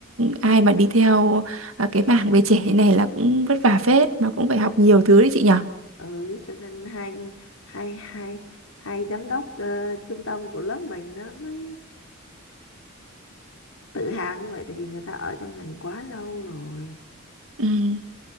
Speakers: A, on the right; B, on the left.
A: ai mà đi theo ờ, cái mảng về trẻ này là cũng vất vả phết mà cũng phải học nhiều thứ đấy chị nhở
B: ừ cho nên hai hai hai hai giám đốc ờ, trung tâm của lớp mình nó mới tự hào như vậy tại vì người ta ở trong ngành quá lâu rồi
A: ừ.